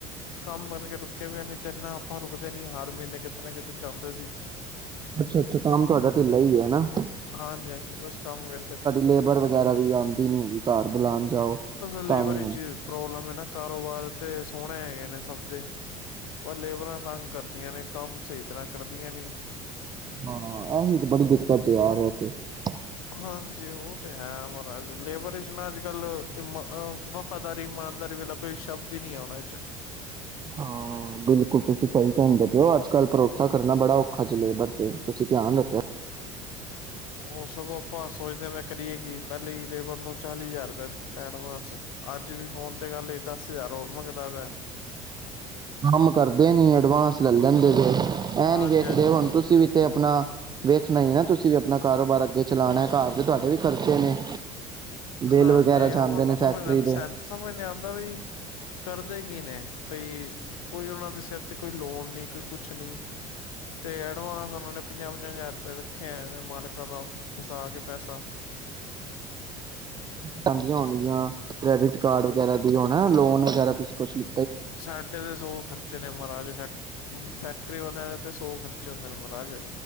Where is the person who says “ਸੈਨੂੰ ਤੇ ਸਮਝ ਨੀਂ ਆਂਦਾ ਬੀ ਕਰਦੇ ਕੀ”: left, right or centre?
Left